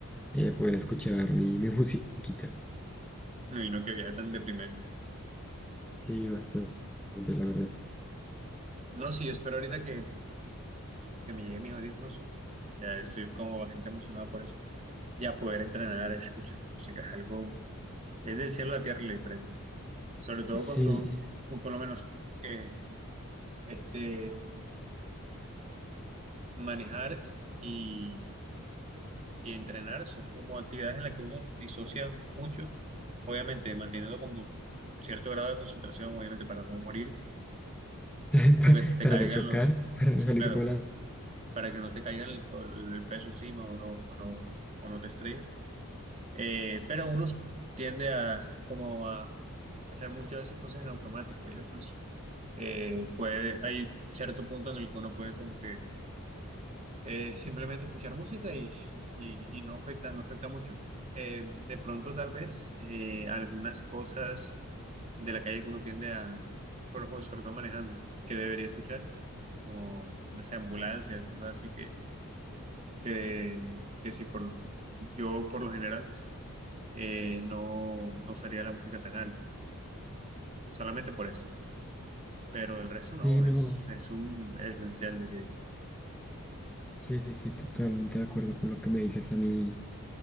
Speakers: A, in the centre; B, on the right.
A: eh, poder escuchar mi, mi <laughs> musiquita.
B: no, y no que viaje tan deprimente.
A: Sí, bastante, la verdad.
B: No, sí, yo espero ahorita que, que me lleguen mis audífonos. Ya estoy como bastante emocionado por eso. ya poder entrenar escuchando música es algo, es del cielo a la tierra la diferencia. Sobre todo
A: Sí,
B: cuando, o por lo menos, eh, este, manejar y, y entrenar son como actividades en las que uno disocia mucho, obviamente manteniendo como cierto grado de concentración, obviamente para no morir,
A: <laughs>
B: o
A: pa-
B: que se te
A: para
B: caigan
A: no chocar,
B: los,
A: para
B: sí,
A: no salir
B: claro,
A: volando.
B: para que no te caigan el, el peso encima o no, o no, o no te estrelles. Eh, pero uno tiende a como a hacer muchas de esas cosas en automático, ¿ya? Entonces, eh, puede, hay cierto punto en el que uno puede como que eh, simplemente escuchar música y, y- y no afecta, no afecta mucho. Eh, de pronto, tal vez, eh, algunas cosas de la calle que uno tiende a, bueno, o sobre todo manejando, que debería escuchar, o no sé, ambulancias, cosas así que, que, que sí, por, yo por lo general eh, no, no usaría la música tan alto, solamente por eso. Pero el resto no,
A: Sí, no.
B: es, es un esencial, diría yo. <laughs>
A: Sí, sí, sí, totalmente de acuerdo con lo que me dices. A mí,